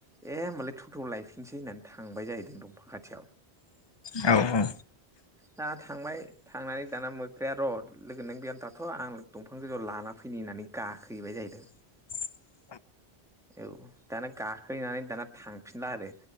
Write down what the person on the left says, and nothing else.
औ औ
<inaudible>